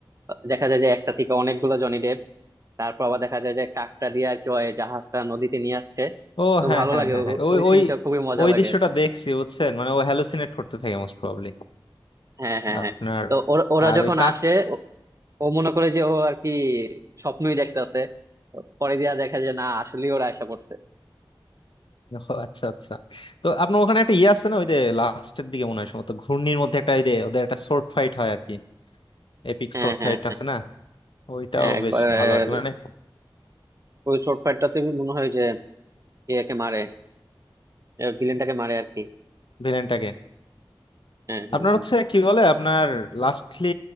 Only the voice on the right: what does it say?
দেখা যায় যে একটা থেকে অনেকগুলো জনি ডেপ তারপর আবার দেখা যায় যে কাকটা দিয়ে আর কি ওই জাহাজটা নদীতে নিয়ে আসছে
তো
ভালো
লাগে
ও-
ওই
সিনটা খুবই মজা
লাগে
আর কি
হ্যাঁ হ্যাঁ হ্যাঁ
তো ওরা ওরা
যখন
আসে ও ও মনে করে যে ও আর কি স্বপ্নই দেখতাছে পরে দিয়া দেখা যায় না আসলেই ওরা আশা করছে
হ্যাঁ
হ্যাঁ
হ্যাঁ
হ্যাঁ, একবার
আহ,
ওই শর্ট ফাইটটাতে মনে হয় যে একে মারে ভিলেনটাকে মারে আর কি
হ্যাঁ হ্যাঁ
হ্যাঁ